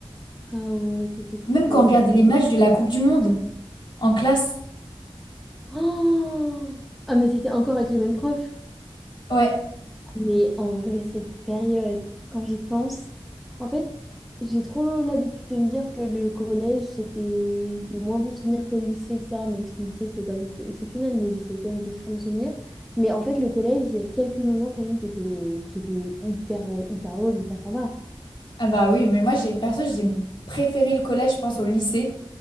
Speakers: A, in the centre; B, on the left (about 50°).
A: Ah ouais, c'était trop
B: Même quand on regardait
A: bien.
B: les matchs de la Coupe du Monde. En classe?
A: Oh ah, mais c'était encore avec le même prof.
B: Ouais.
A: Mais en vrai, cette période, quand j'y pense, en fait, j'ai trop l'habitude de me dire que le collège, c'était des moins bons souvenirs qu'au lycée, etc. Même si le lycée, c'était pas non plus exceptionnel, mais j'ai quand même des très bons souvenirs. Mais en fait, le collège, il y a quelques moments quand même qui étaient, qui étaient hyper, euh, hyper drôles, hyper sympas.
B: Ah bah oui, mais moi j'ai perso j'ai préféré le collège, je pense, au lycée.